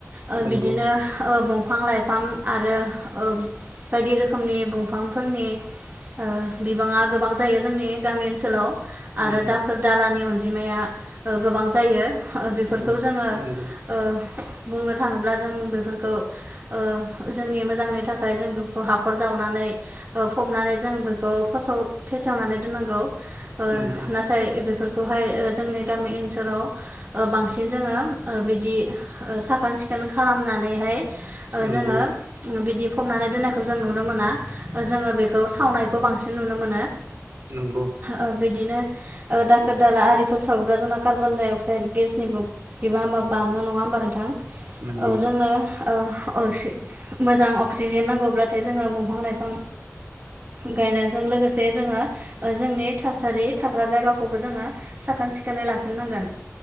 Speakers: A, on the right (about 35°); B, on the right (about 65°).
A: ओ
B: नंगौ
A: बिदिनो ओ दंफां-लाइफां आरो ओ बायदि रोखोमनि दंफांफोरनि ओ बिबाङा गोबां जायो जोंनि गामि ओनसोलाव। आरो
B: उम
A: दाखोर दालानि अनजिमाया ओ गोबां जायो। बेफोरखौ
B: उम
A: जोङो
B: नंगौ
A: ओ बुंनो थाङोब्ला जों बेफोरखौ ओ जोंनि मोजांनि थाखाय जों बेखौ हाखर जावनानै फबनानै जों बेखौ फेसेव फे सेवनानै दोननांगौ ओ
B: नंगौ
A: नाथाय बेफोर खौहाय जोंनि गामि ओनसोलाव बांसिन जोङो बिदि साखोन-सि खोन खालामनानैहाय ओ
B: नंगौ।
A: जोङो बिदि फबनानै दोन्नायखौ जों नुनो मोना जोङो बेखौ सावनायखौ बांसिन नुनो मोनो।
B: नंगौ
A: ओ बिदिनो ओ दाखोर दाला आरिफोर सावोब्ला जोंना कार्बन डाइ अक्साइद गेसनिबो बिबांआ बाङो नङा होमबा नोंथां
B: नंगौ
A: ओ जोंनो ओ-ओ मोजां अक्सिजेन नांगौब्लाथाय जोङो दंफां लाइफां गायनायजों लोगोसे जों जोङो जोंनि थासारि थाग्रा जायगाखौबो जोङो साखोन सिखोनै लाखिनांगोन।